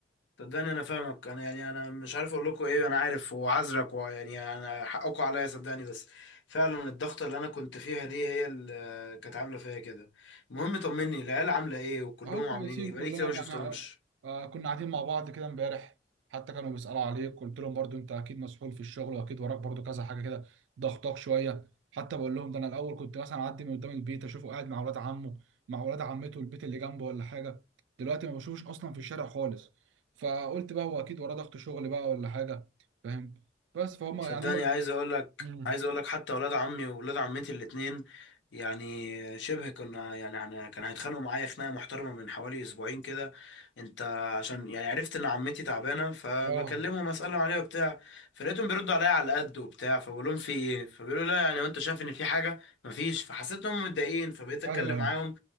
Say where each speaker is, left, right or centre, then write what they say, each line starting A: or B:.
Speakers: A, on the left; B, on the right.
A: صدقني انا فاهمك انا يعني انا مش عارف اقول لكم ايه انا عارف وعذرك ويعني انا حقكم عليا صدقني بس فعلا الضغطه اللي انا كنت فيها دي هي اللي كانت عامله فيا كده المهم طمني العيال عامله ايه وكلهم
B: اهو كويسين
A: عاملين ايه بقالي
B: كلنا
A: كتير ما شفتهمش
B: احنا آه، كنا قاعدين مع بعض كده امبارح حتى كانوا بيسألوا عليك قلت لهم برضو انت اكيد مسحول في الشغل واكيد وراك برضو كذا حاجه كده ضغطاك شويه حتى بقول لهم ده انا الاول كنت مثلا اعدي من قدام البيت اشوفه قاعد مع اولاد عمه مع اولاد عمته البيت اللي جنبه ولا حاجه دلوقتي ما بشوفوش اصلا في الشارع خالص فقلت بقى هو اكيد وراه ضغط شغل بقى ولا حاجه فاهم بس فهم
A: صدقني
B: يعني هم
A: عايز اقول لك
B: مم.
A: عايز اقول لك حتى ولاد عمي وولاد عمتي الاتنين يعني شبه كنا يعني احنا كان هيتخانقوا معايا خناقه محترمه من حوالي اسبوعين كده انت عشان يعني عرفت ان عمتي تعبانه فبكلمهم
B: اه
A: اسالهم عليها وبتاع فلقيتهم بيردوا عليا على القد وبتاع فبقول لهم في ايه فبيقولوا لا يعني وانت شايف ان في حاجه مفيش فحسيت انهم متضايقين فبقيت اتكلم
B: ايوه ايوه
A: معاهم